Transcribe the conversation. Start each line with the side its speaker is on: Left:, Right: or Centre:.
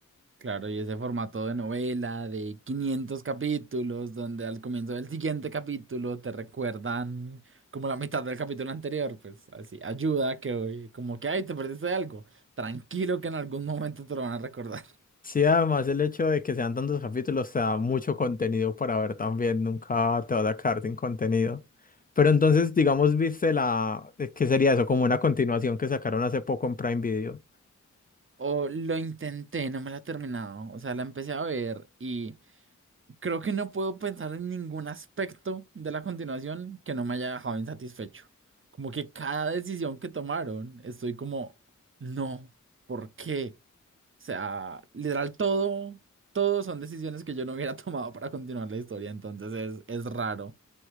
Right: Claro, y ese formato de novela de 500 capítulos, donde al comienzo del siguiente capítulo te recuerdan como la mitad del capítulo anterior, pues así, ayuda que hoy, como que, ay, te perdiste de algo, tranquilo que en algún momento te lo van a recordar. <laughs>
Left: Sí, además el hecho de que sean tantos capítulos te da mucho contenido para ver también, nunca te vas a quedar sin contenido. Pero entonces, digamos, viste la, eh, ¿qué sería eso? Como una continuación que sacaron hace poco en Prime Video.
Right: O lo intenté, no me la he terminado, o sea, la empecé a ver y creo que no puedo pensar en ningún aspecto de la continuación que no me haya dejado insatisfecho. Como que cada decisión que tomaron, estoy como, no, ¿por qué? sea, literal todo, todo son decisiones que yo no hubiera <laughs> tomado para continuar la historia, entonces es, es raro.